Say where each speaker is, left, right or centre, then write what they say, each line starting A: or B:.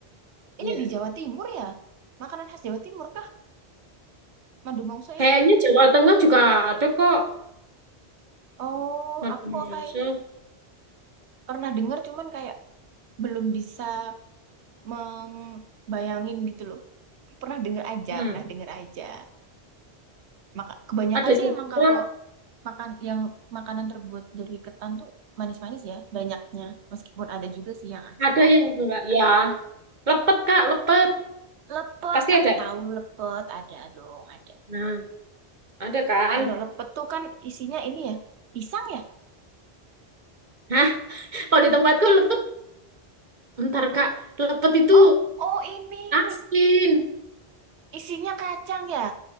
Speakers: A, on the right; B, on the right.
A: ya.
B: Ini di Jawa Timur ya? Makanan khas Jawa Timur kah? Madu mongso
A: Kayaknya
B: ini?
A: Jawa Tengah juga ada kok.
B: Oh,
A: Madu
B: aku
A: Malaysia.
B: kayaknya pernah dengar cuman kayak belum bisa membayangin gitu loh. Pernah dengar aja,
A: Hmm.
B: pernah dengar aja. Maka kebanyakan
A: Ada
B: sih
A: juga,
B: emang kalau makan yang makanan terbuat dari ketan tuh manis-manis ya banyaknya. Meskipun ada juga sih yang asin.
A: ada yang enggak ya. Lepet, Kak, lepet.
B: Lepet,
A: Pasti
B: aku
A: ada.
B: tahu lepet ada dong, ada.
A: Nah, ada kan?
B: Kalau lepet tuh kan isinya ini ya, pisang ya?
A: Hah? Kalau di tempatku lepet, bentar Kak. Lepet itu
B: Oh, oh ini
A: Asin.
B: isinya kacang ya?